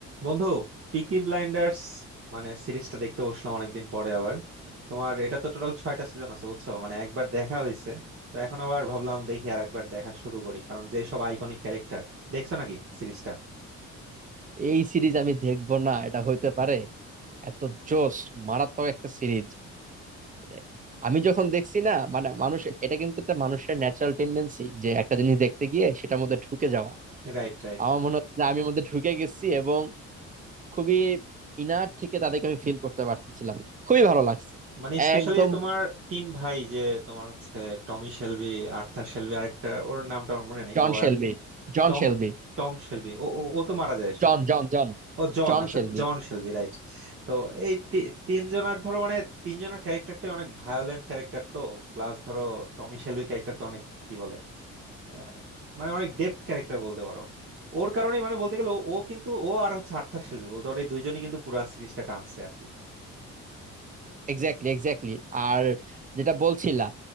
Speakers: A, on the right (about 45°); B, on the right (about 25°).
A: বন্ধু পিকি ব্লাইন্ডার্স মানে সিরিজটা দেখতে বসলাম অনেকদিন পরে আবার তোমার এটা তো টোটাল ছয়টা সিজন আছে বুঝছো মানে একবার দেখা হয়েছে তো এখন আবার ভাবলাম দেখি আর একবার দেখা শুরু করি কারণ যে সব আইকনিক ক্যারেক্টার দেখছো নাকি সিরিজটা
B: এই সিরিজ আমি দেখবো না এটা হইতে পারে এত জোস মারাত্মক একটা সিরিজ মানে আমি যখন দেখছি না মানে মানুষ এটা কিন্তু একটা মানুষের ন্যাচারাল টেন্ডেন্সি যে একটা জিনিস দেখতে গিয়ে সেটার মধ্যে ঢুকে যাওয়া
A: Right right
B: আমার মনে হচ্ছে যে আমি এর মধ্যে ঢুকে গেছি এবং খুবই ইনার থেকে তাদেরকে আমি ফিল করতে পারতেছিলাম খুবই ভালো লাগছে
A: মানে স্পেশালি
B: একদম
A: তোমার তিন ভাই যে তোমার হচ্ছে টমি শেলবি আর্থার শেলবি আরেকটা ওর নামটা আমার মনে নেই
B: John
A: ও
B: Shelby
A: আর
B: John
A: টম
B: Shelby
A: টম শেলবি ও ও ও তো মারা যায়
B: John John John
A: ও জন
B: John
A: আচ্ছা
B: Shelby
A: জন শেলবি রাইট তো এই তি- তিনজনার ধরো মানে তিনজনের ক্যারেক্টারটাই অনেক ভায়োলেন্ট ক্যারেক্টার তো প্লাস ধরো টমি শেলবির ক্যারেক্টার তো অনেক কি বলে আহ, মানে অনেক ডেপথ ক্যারেক্টার বলতে পারো ওর কারণেই মানে বলতে গেলে ও ও কিন্তু ও আর হচ্ছে আর্থার শেলবি বলতে পারো এই দুইজনই কিন্তু পুরো সিরিজটা টানছে আর কি
B: Exactly exactly আর যেটা বলছিলা